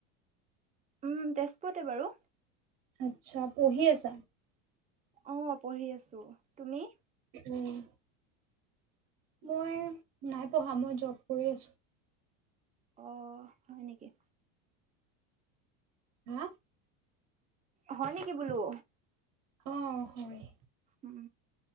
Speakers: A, on the right; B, on the right.
A: উম তেজপুৰতে বাৰু।
B: আচ্ছা পঢ়ি আছা?
A: অ', পঢ়ি আছো, তুমি?
B: উম। মই নাই পঢ়া মই জব কৰি আছো।
A: অ', হয় নেকি?
B: হা?
A: হয় নেকি বোলো?
B: অ', হয়।
A: উম